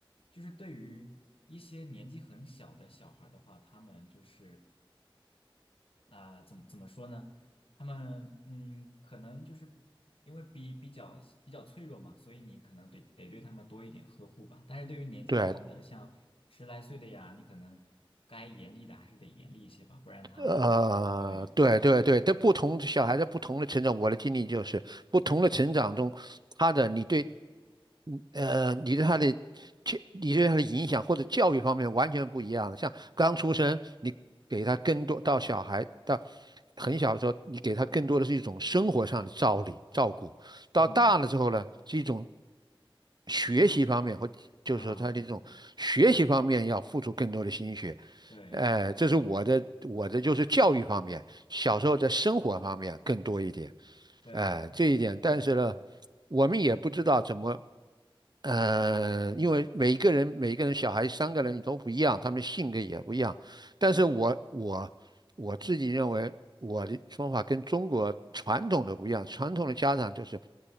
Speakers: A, on the left (about 80°); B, on the right (about 50°).
A: 就是对于一些年纪很小的小孩儿的话，他们就是。啊、怎么怎么说呢？他们嗯，可能就是因为比比较比较脆弱嘛，所以你可能得得对他们多一点呵护吧。但是对于年纪大的，
B: 对，
A: 像十来岁的呀，你可能该严厉的还是得严厉一些吧，不然他
B: 呃，
A: 对，
B: 对对对，在不同小孩在不同的成长，我的经历就是不同的成长中，他的你对，嗯呃，你对他的教，你对他的影响或者教育方面完全不一样的。像刚出生，你给他更多到小孩到很小的时候，你给他更多的是一种生活上的照理照顾；到大了之后呢，
A: 嗯，
B: 是一种学习方面或就是说他的这种学习方面要付出更多的心血。
A: 啊啊，嗯对
B: 呃，这是我的我的就是教育方面，小时候在生活方面更多一点，
A: 对对对，
B: 呃，这一点。
A: 是的，
B: 但是呢，
A: 嗯嗯
B: 我们也不知道怎么，呃，因为每一个人每一个人小孩三个人都不一样，他们的性格也不一样。但是我我我自己认为我的方法跟中国传统的不一样，传统的家长就是